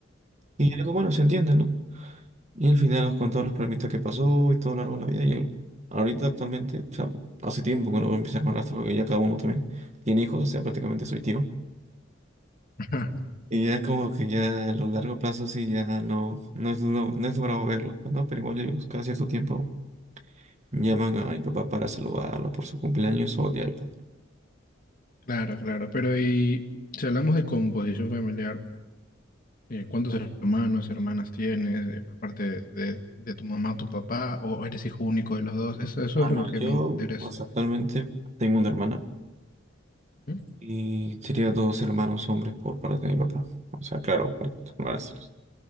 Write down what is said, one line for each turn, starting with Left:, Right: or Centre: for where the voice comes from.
Right: Y yo le digo, bueno, se entiende, ¿no? Y al final nos contó los problemitas que pasó y todo lo largo de la vida. Y él, ahorita actualmente, o sea, hace tiempo que no empecé a hermanastro porque ya cada uno también tiene hijos, o sea, prácticamente soy tío.
Left: <laughs>
Right: Y ya como que ya a lo largo plazo sí, ya no, no es, no, no es logrado verlo, pues, ¿no? Pero igual ellos cada cierto tiempo llaman a mi papá para saludarlo por su cumpleaños o día del padre.
Left: claro, claro. Pero y si hablamos de composición familiar, eh, ¿cuántos hermanos, hermanas tienes eh, por parte de, de tu mamá, tu papá, o eres hijo único de los dos? Eso, eso
Right: Ah,
Left: es
Right: no,
Left: lo que
Right: yo
Left: me interesa.
Right: o sea, actualmente tengo una hermana
Left: Ujú.
Right: y sería dos hermanos hombres por parte de mi papá. O sea, claro, para hermanastros.